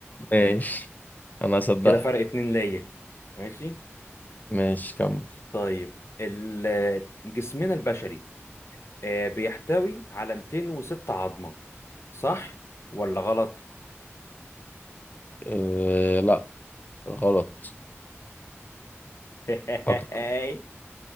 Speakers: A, on the left; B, on the left.
A: ماشي انا هصدقك
B: كده فرق اتنين ليا ماشي
A: ماشي كمل
B: طيب ال- جسمنا البشري آه، بيحتوي على 206 عظمه صح ولا غلط
A: إيه لا غلط
B: <laughs>
A: اكتر